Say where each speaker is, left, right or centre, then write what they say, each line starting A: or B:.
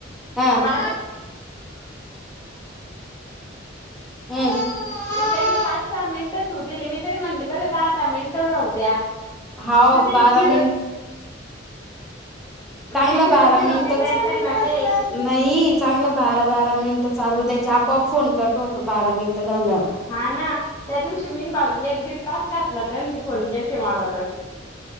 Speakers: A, in the centre; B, on the left.
A: हा
B: मा
A: हम्म
B: त्यांनी पाच सहा मिनिटच होऊ दिले, मी तरी म्हणली बरं दहा दहा मिनिटं राहू द्या.
A: हाव
B: तर ते
A: बारा
B: झिरो
A: मिन चांगलं
B: मग ते झिरो
A: बारा
B: झिरो
A: मिनिटच
B: मिनिटाच आहे ना ते
A: नई अ चांगलं बारा बारा मिनिटं चालू द्यायचे, आपोआप फोन कट होतो बारा मिनिटं झाल्यावार.
B: हा ना त्या दिवशी मीन भाऊजी एक दीड तास घातला, त्यांनी फोन केलते मला त.